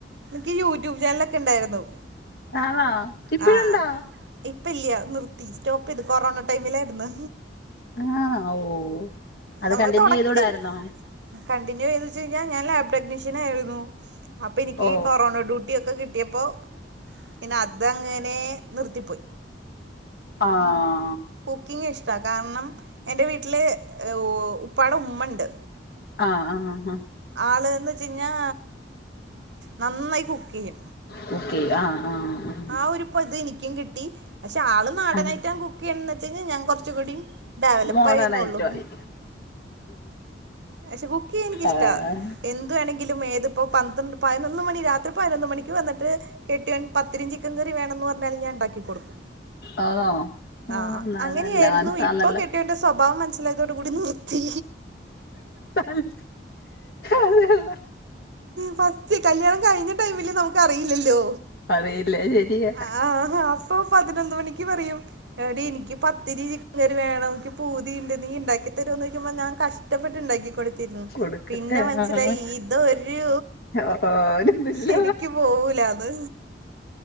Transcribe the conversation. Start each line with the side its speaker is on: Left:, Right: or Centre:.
Right: നിൻക്ക് യൂ ട്യൂബ് ചാനലൊക്കെ ഇണ്ടായിരുന്നു
Left: ആണോ ഇപ്പഴുണ്ടോ
Right: ആ ഇപ്പ ഇല്ല നിർത്തി സ്റ്റോപ്പയ്ത് കൊറോണ ടൈമിലായിരുന്നു
Left: ആ ഓ അത്
Right: നമ്മൾ
Left: കണ്ടിന്യൂ
Right: തൊടക്ക്
Left: ചെയ്തൂടായിരുന്നോ
Right: കണ്ടിന്യൂ ചെയ്ന്ന് വെച്ച് കഴിഞ്ഞാ ഞാൻ ലാബ് ടെക്നീഷ്യനായിരുന്നു അപ്പ എനിക്ക്
Left: ഓ
Right: കൊറോണോ ഡ്യൂട്ടി ട്ടിയൊക്കെ കിട്ടിയപ്പോ പിന്നെ അതങ്ങനേ നിർത്തിപ്പോയി.
Left: ആഹ്.
Right: കുക്കിങ്ങിഷ്ടാ കാരണം, എൻ്റെ വീട്ടില് ഈഹ് ഉപ്പാട ഉമ്മണ്ട്.
Left: ആഹ് ആഹ് അഹ്
Right: ആള്ന്ന് വെച്ചയിഞ്ഞാ നന്നായി കുക്കെയ്യും.
Left: കുക്കെയ്യും. ആഹ് ആഹ്.
Right: ആ ഒരു ഇപ്പ എനിക്കും കിട്ടി. പക്ഷെ ആള് നാടനൈറ്റം
Left: ആഹ്
Right: കുക്ക് ചെയ്യണന്ന് വെച്ചയിഞ്ഞാ ഞാൻ കൊർച്ചും കൂടിയും ഡെവലപ്പായിന്നേള്ളു.
Left: മോഡേൺ ആയിട്ടും ആയി
Right: പക്ഷെ കുക്ക് ചെയ്യാൻ എനിക്കിഷ്ടാ.
Left: ആഹ്
Right: എന്ത്‌ ന്ത്‌ വേണെങ്കിലും ഏതിപ്പോ പന്ത്രണ്ട് പതിനൊന്ന് മണി രാത്രി പതിനൊന്ന് മണിക്ക് വന്നിട്ട് കെട്ടിയോൻ പ ത്തിരിയും ചിക്കൻ കറിയും വേണന്ന് പറഞ്ഞാലും ഞാൻ ഇണ്ടാക്കി കൊടുക്കും.
Left: ആണോ
Right: ആഹ്
Left: ന
Right: അങ്ങനെയായിരുന്നു.
Left: നല്ല മനസ്സാന്നല്ലോ
Right: ഇപ്പൊ കെട്ടിയോന്റെ സ്വഭാവം മനസ് സിലായതോട് കൂടി നിർത്തി.
Left: അല് അതല്
Right: ഫസ്റ്റ് കല്യാണം കഴിഞ്ഞ ടൈമില് നമുക്കറിയില്ലല്ലോ.
Left: അറിയില്ല ശരിയാ
Right: ആഹ് ഹാ അപ്പൊ പതിനൊന്ന് മണിക്ക് പറയും എടീ ഇൻക്ക് പത്തിരീ ചിക്കൻ കറി വേണം ഇൻക്ക് പൂതീണ്ട് നീ ഇണ്ടാക്കി തരോന്നോയിക്കുമ്പോ ഞാൻ കഷ്ടപ്പെട്ട്ണ്ടാക്കി കൊടുത്തിരുന്നു.
Left: കൊടുക്ക്
Right: പിന്നെ മനസ്സിലായി
Left: ആഹ്
Right: ഇതൊരു
Left: ഓര്തില്ല
Right: ശരിക്കു പോവൂലാന്ന്.